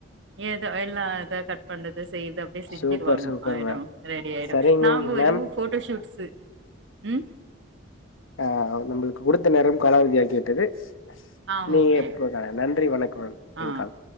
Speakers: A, on the right; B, on the left.
A: ஏதோ எல்லா இத கட் பண்ணது செய் யத அப்டியே செஞ்சிருவாங்க
B: சூப்பர் சூப்பர்
A: ஆயிடும்
B: மேம்
A: ரெடி ஆயிடும்
B: சரிங்க
A: நாங்க வெறும்
B: மேம்
A: போட்டோ ஷூட்ஸு ம்
B: ஆ நம்மளுக்கு குடுத்த நேரம் காலாவதி ஆக்கிவிட்டது
A: ஆ
B: நீங்க
A: ஓகே
B: எப்பகா நன்றி வணக்கம்
A: ஆ
B: எங்கால்